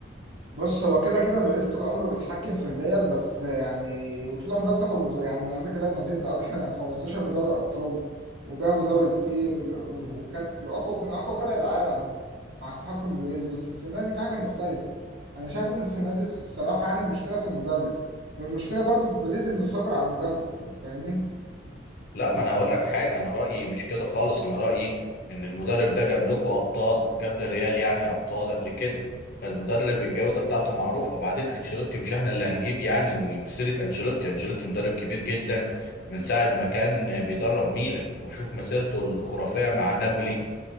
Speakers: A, on the right; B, on the left.
A: بص هو كده كده باريس طول عمره بيتحكم في الريال بس يعني وطول عمرها بتاخد بطولة يعني عندك ريال مدريد ده أك- <laughs> 15 دوري أبطال وبياخدوا دوري كتير و- وكاس كتير أقوى من أقوى فرق العالم مع تحكم باريس بس السنة دي في حاجة مختلفة أنا شايف إن السنة دي الصراحة يعني المشكلة في المدرب والمشكلة برضو في باريس إنه صبر على المدرب أنت فاهمني؟
B: لا ما انا هقول لك حاجه انا رايي مش كده خالص انا رايي ان المدرب ده جاب لكم ابطال جاب للريال يعني ابطال قبل كده فالمدرب الجوده بتاعته معروفه وبعدين انشيلوتي مش احنا اللي هنجيب يعني في سيره انشيلوتي انشيلوتي مدرب كبير جدا من ساعه ما كان بيدرب ميلان وشوف مسيرته الخرافيه مع نابولي